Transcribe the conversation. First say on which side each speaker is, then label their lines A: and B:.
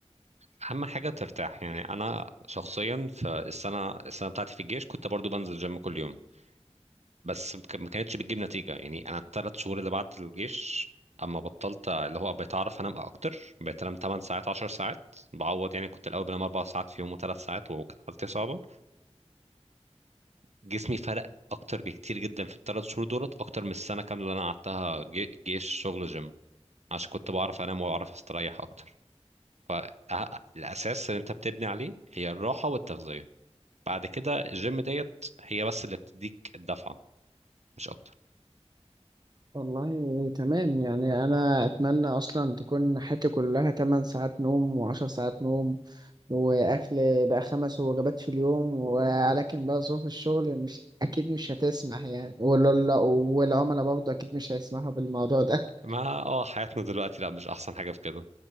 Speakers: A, on the right; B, on the right.
A: اهم حاجه ترتاح يعني انا شخصيا في السنه السنه بتاعتي في الجيش كنت برضو بنزل جيم كل يوم بس ما ك- ما كانتش بتجيب نتيجه يعني انا الثلاث شهور اللي بعد الجيش اما بطلت اللي هو بقيت اعرف انام اكتر بقيت انام 8 ساعات 10 ساعات بعوض يعني كنت الاول بنام 4 ساعات في يوم و3 ساعات وكانت حالتي صعبه جسمي فرق اكتر بكتير جدا في الثلاث شهور دولت اكتر من السنه كامله اللي انا قعدتها جي- جيش شغل جيم عشان كنت بعرف انام واعرف استريح اكتر فالاساس اللي انت بتبني عليه هي الراحه والتغذيه بعد كده الجيم ديت هي بس اللي بتديك الدفعة مش أكتر
B: والله تمام يعني أنا أتمنى أصلا تكون حياتي كلها 8 ساعات نوم و10 ساعات نوم وأكل بقى خمس وجبات في اليوم ولكن بقى ظروف الشغل مش أكيد مش هتسمح يعني ولا والعملاء برضه أكيد مش هيسمحوا بالموضوع ده
A: ما اه حياتنا دلوقتي لا مش أحسن حاجة في كده